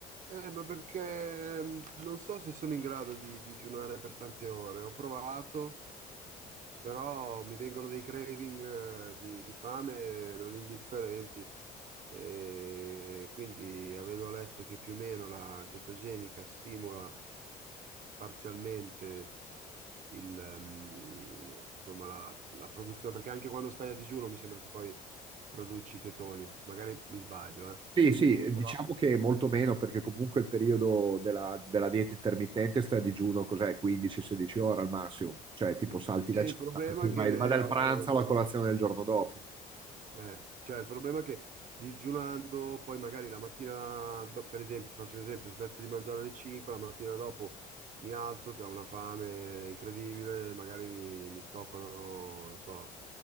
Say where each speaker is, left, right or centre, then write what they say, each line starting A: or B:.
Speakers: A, on the right; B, on the right.
A: Eh, ma perché mh, non so se sono in grado di digiunare per tante ore. Ho provato, però mi vengono dei craving eh, di, di fame non indifferenti e quindi avendo letto che più o meno la chetogenica simula parzialmente il, ehm, insomma, la, la produzione, perché anche quando stai a digiuno mi sembra che poi produci i chetoni, magari mi sbaglio, eh.
B: Sì, sì,
A: Però
B: diciamo che molto meno, perché comunque il periodo della, della dieta intermittente sta a digiuno, cos'è, 15-16 ore al massimo, cioè tipo salti
A: sì,
B: la
A: il
B: cena,
A: problema è che
B: vai, vai dal
A: ho-
B: pranzo alla colazione del giorno dopo.
A: Eh, cioè, il problema è che digiunando, poi magari la mattina, do- per esempio, ti faccio un esempio, smetto di mangiare alle 5, la mattina dopo mi alzo che ho una fame incredibile, magari mi, mi scofano, non so,